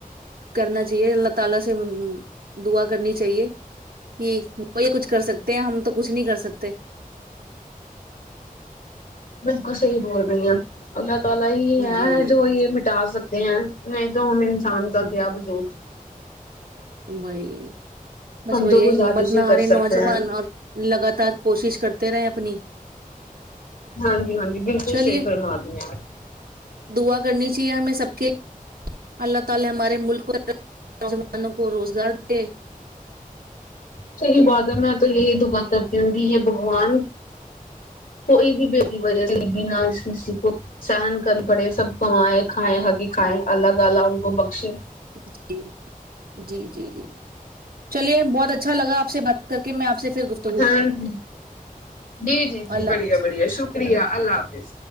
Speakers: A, on the right; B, on the left.
A: کرنا چاہیے اللہ تعالی سے دعا کرنی چاہیے کہ وہ یہ کچھ کر سکتے ہیں ہم تو کچھ نہیں کر سکتے
B: بالکل صحیح بول رہی ہیں اللہ تعالی ہی یہ
A: جی
B: ہے جو یہ مٹا سک تے ہیں نہیں تو ہم انسان کا
A: جی
B: کیا وجوود
A: وہی بس
B: ہم
A: وہی
B: تو
A: ہے
B: گزارش
A: ہمت
B: ہی
A: نہ ہاری
B: کر سکتے
A: نوجوان
B: ہیں
A: اور لگاتار کوشش کرتے رہے اپنی
B: ہاں جی ہاں جی بالکل
A: چلیے
B: صحیح فرما رہی ہیں آپ
A: دعا کرنی چاہیے ہمیں سب کے اللہ تعالی ہمارے ملک کے نوجوانوں کو روزگار دے
B: صحیح بات ہے میں تو یہی دعا کرتی ہوں گی یہ بہگوان کوئی بھی <unintelligible> وجہ <unintelligible> کسی کو سہن کر پڑے سب کمائے کھائیں حق کی کھائیں اللہ تعالی ان کو بخشے
A: جی جی جی جی چلیے بہت اچھا لگا آ پ سے بات کر کے میں آ پ سے پھر گفتو
B: ہاں ہ جی جی جی
A: اللہ
B: بڑھیا
A: حافظ
B: بڑھیا شکریہ اللہ حافظ